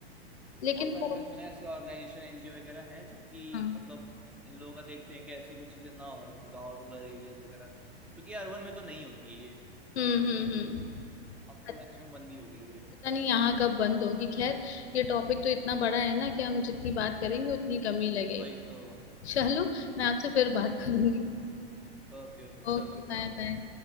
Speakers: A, on the left; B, in the centre.
A: लेकिन
B: बहुत सारे
A: वो
B: मैंने सुने हैं ऐसे ऑर्गेनाइजेशन एनजीओ वगैरह हैं जो कि
A: हाँ
B: मतलब इन लोगों का देखते हैं कि ऐसी कुछ चीजें ना हो गांव रूरल एरियाज वगैरह में क्योंकि अर्बन में तो नहीं होती है ये
A: हम्म हम्म हम्म
B: अब तो
A: पता
B: मैक्सिमम बंदी हो गई है
A: पता नहीं यहाँ कब बंद होगी खैर ये टॉपिक तो इतना बड़ा है ना कि हम जितनी बात करेंगे उतनी कमी लगेगी
B: वही तो
A: चलो मैं आपसे फिर बात करूंगी
B: ओके ओके
A: ओके
B: चलो फिर
A: Bye
B: हाँ बाय
A: bye